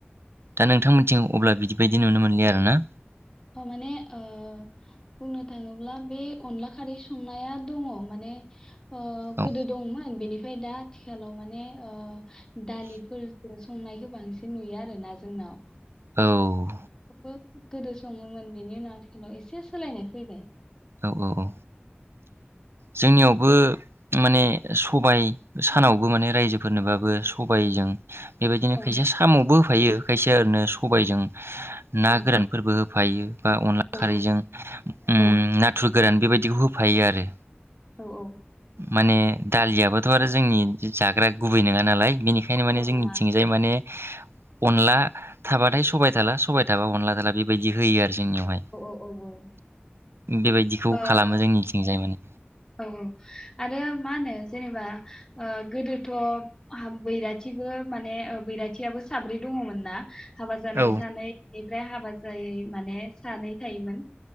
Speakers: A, on the right (about 80°); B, on the left (about 20°).
A: दा नोंथांमोनथिं अब्ला बिदि बायदि नुनो मोनलिया आरो ना?
B: माने ओ बुंनो थाङोब्ला बे अनला खारै संनाया दङ' माने ओ
A: औ
B: गोदो दंमोन बेनिफ्राय दा आथिखालाव माने ओ दालिफोरखो संनायखौ बांसिन नुयो आरो ना जोंनाव
A: औ
B: गोदो सङोमोन बेनि उनाव आथिखालाव एसे सोलायनाय फैबाय।
A: औ औ औ जोंनियावबो माने सबाय सानावबो माने रायजोफोरनोबाबो सबायजों बेबायदिनो
B: औ
A: खायसे साम'बो होफायो खायसे ओरैनो सबायजों
B: दे
A: ना गोरानफोरबो होफायो बा अनला
B: औ
A: खारैजों उम
B: औ
A: ना गोरान बेबायदिखौ होफायो आरो
B: औ -औ।
A: माने दालियाबोथ' आरो जोंनि जाग्रा गुबै नङा नालाय बेनिखायनो
B: औ
A: माने
B: औ
A: जोंनिथिंजाय
B: नङा
A: माने अनला थाबाथाय सबाय थाला सबाय थाबा अनला थाला बेबायदि होयो आरो जोंनियावहाय
B: औ औ औ औ
A: बेबायदिखौ
B: ओ
A: खालामो जोंनिथिंजाय माने
B: औ -औ आरो मा होनो जेनेबा गोदोथ' बैराथिबो माने बैराथियाबो साब्रै दङमोन ना हाबा जानाय
A: औ
B: सानै ओमफ्राय हाबा जायै माने सानै थायोमोन